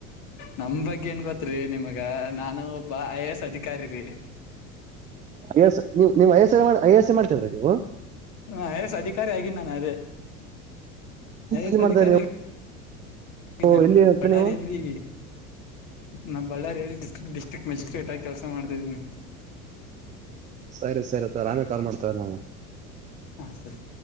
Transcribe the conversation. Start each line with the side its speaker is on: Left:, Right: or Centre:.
Left: ನಮ್ ಬಗ್ಗೆ ಏನ್ ಗೊತ್ರಿ ನಿಮಗ ನಾನು ಒಬ್ಬ ಐ ಎ ಎಸ್ ಅಧಿಕಾರಿ ರೀ
Right: ಅಯ ನೀವು ನೀವು ಐಯಸ್ ಎ ಐಸ್ ಮಾಡ್ತಿದ್ರ ನೀವು
Left: ಹ ಐ ಎಂ ಎಸ್ ಅಧಿಕಾರಿ ಆಗಿ ನಾನು ಅದೇ ಏ ಏ ಯಸ್
Right: ಎಲ್ಲಿ
Left: ಅಧಿಕಾರಿ
Right: ಮಾಡ್ತಾ ನೀವು
Left: ನಾನ್
Right: ಎಲ್ಲಿ
Left: ಬಳ್ಳಾರಿಯಲ್ಲಿ
Right: ನೀವು
Left: ನಾ ಬಳ್ಳಾರಿಯಲ್ಲಿ ಡಿಸ್ಟಿಕ್ ಡಿಸ್ಟ್ರಿಕ್ ಮ್ಯಜಿಸ್ಟ್ರೇಟ್ ಆಗಿ ಕೆಲಸ ಮಾಡ್ತಿದ್ದೀನಿ
Right: ಸರಿ ಸರಿ ತೋ ಆಮೇಲೆ ಕಾಲ್ ಮಾಡ್ತವ ನಾ
Left: ಹಾಂ ಸರಿ